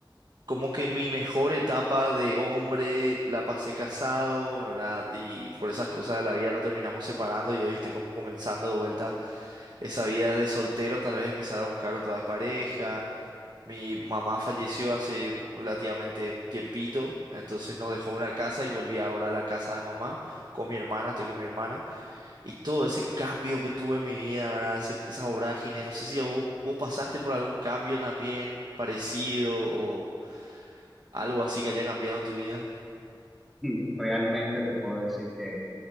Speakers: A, on the right (about 60°); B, in the centre.
A: como que mi mejor etapa de hombre la pasé casado, ¿verdad? Y por esas cosas de la vida no terminamos separando y hoy estoy como comenzando de vuelta esa vida de soltero, tal vez empezar a buscar otra vez pareja mi mamá falleció hace relativamente un tiempito, entonces nos dejó una casa y volví ahora a la casa de mamá con mi hermana, estoy con mi hermana. Y todo ese cambio que tuve en mi vida, ¿verdad? Ese- esa vorágine, no sé si vos, vos pasaste por algún cambio también parecido o algo así que haya cambiado en tu vida.
B: <laughs> Realmente te puedo decir que